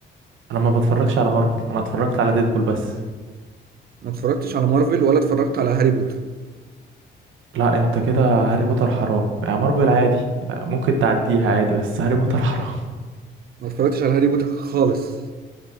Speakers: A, on the right (about 80°); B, on the right (about 50°).
A: انا ما بتفرجش على مارفل انا اتفرجت على ديدبول بس
B: ما اتفرجتش على مارفل ولا اتفرجت على هاري بوتر
A: لا انت كده هاري بوتر حرام يعني مارفل عادي يعني ممكن تعديها عادي بس هاري بوتر <laughs> حرام
B: ما اتفرجتش على هاري بوتر خالص